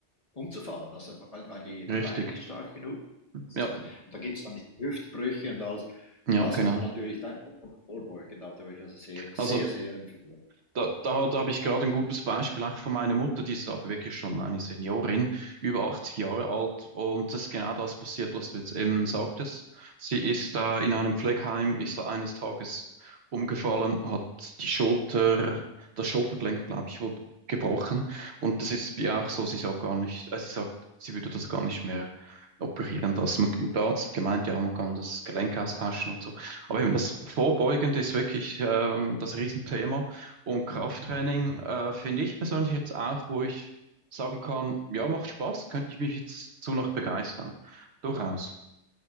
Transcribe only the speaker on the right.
Richtig.
Ja,
ja,
genau.
Also
Da, da, da habe ich gerade ein gutes Beispiel auch von meiner Mutter, die ist aber wirklich schon eine Seniorin, über 80 Jahre alt. Und das ist genau das passiert, was du jetzt eben sagtest. Sie ist da in einem Pflegeheim, ist da eines Tages umgefallen, hat die Schulter, das Schultergelenk, glaube ich, wurde gebrochen. Und das ist bei ihr auch so, sie sagt gar nicht, äh, sie sagt, sie würde das gar nicht mehr operieren lassen. Man, der Arzt hat gemeint, ja, man kann das Gelenk austauschen und so. Aber eben das Vorbeugende ist wirklich ähm, das Riesenthema. Und Krafttraining äh, finde ich persönlich jetzt auch, wo ich sagen kann, ja, macht Spaß, könnte ich mich jetzt zu noch begeistern. Durchaus.